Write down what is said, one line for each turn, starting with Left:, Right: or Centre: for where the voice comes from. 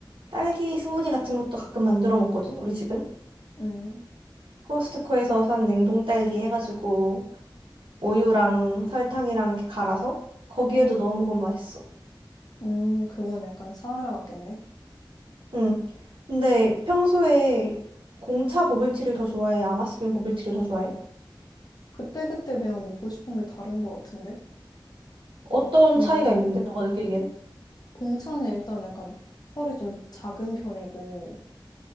Right: 딸기 스무디 같은 것도 가끔 만들어 먹거든, 우리 집은.
Left: 음,
Right: 코스트코에서 산 냉동 딸기 해가지고 우유랑 설탕이랑 이렇게 갈아서 거기에도
Left: 음,
Right: 넣어 먹으면 맛있어.
Left: 음, 그건 약간 사하라 같겠네.
Right: 응. 근데 평소에 공차 버블티를 더 좋아해? 아마스빈 버블티를 더 좋아해?
Left: 그때그때 그냥 먹고 싶은 게 다른 것 같은데?
Right: 어떤
Left: 근데,
Right: 차이가 있는데, 너가 느끼기엔?
Left: 공차는 일단 약간 펄이 좀 작은 편이고,